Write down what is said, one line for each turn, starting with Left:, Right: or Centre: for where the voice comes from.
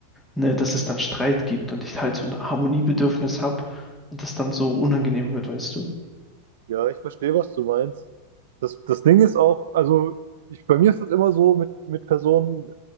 Centre: ne, dass es dann Streit gibt und ich halt so ein Harmoniebedürfnis habe und das dann so unangenehm wird, weißt du?
Right: Ja, ich verstehe, was du meinst. Das, das Ding ist auch, also ich, bei mir ist es immer so mit, mit Personen,